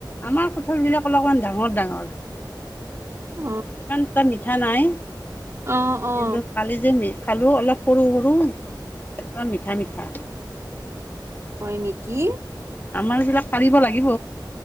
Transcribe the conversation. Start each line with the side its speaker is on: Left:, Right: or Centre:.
Left: আমাৰ কঁঠালবিলাক অলপমান ডাঙৰ-ডাঙৰ।
Right: অ',
Left: ইমান এটা মিঠা নাই।
Right: অ',
Left: কিন্তু
Right: অ',
Left: কালি যে মে খালোঁ অলপ সৰু-সৰু অকমান মিঠা-মিঠা।
Right: হয় নেকি?
Left: আমাৰ বিলাক পাৰিব লাগিব।